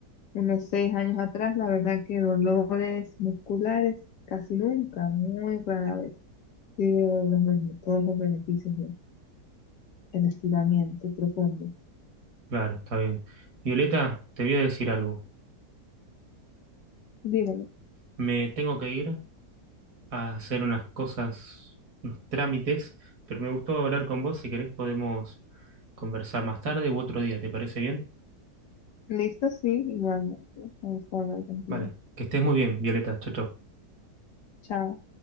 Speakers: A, on the left; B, on the right.
A: unos seis años atrás, la verdad que dolores musculares casi nunca, muy rara vez, sí veo los bene- todos los beneficios del estiramiento profundo.
B: Claro, está bien. Violeta, te voy a decir algo.
A: Dímelo.
B: Me tengo que ir, a hacer unas cosas, unos trámites, pero me gustó hablar con vos. Si querés podemos conversar más tarde u otro día, ¿te parece bien?
A: Listo, sí, igualmente. Me gusta hablar contigo.
B: Vale, que estés muy bien, Violeta. Chau, chau.
A: Chao.